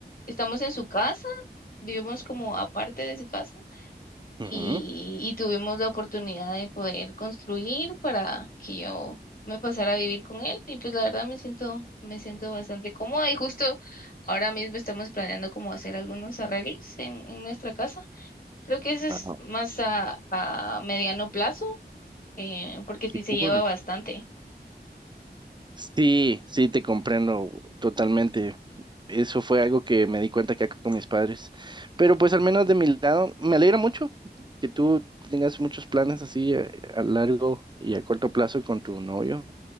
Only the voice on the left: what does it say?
estamos en su casa, vivimos como aparte de su casa y,
y tuvimos la oportunidad de poder construir para que yo me pasara a vivir con él y pues la verdad me siento, me siento bastante cómoda y justo ahora mismo estamos planeando como hacer algunos arreglos en, en nuestra casa. Creo que eso es
más a, a mediano plazo eh, porque
sí se
lleva bastante.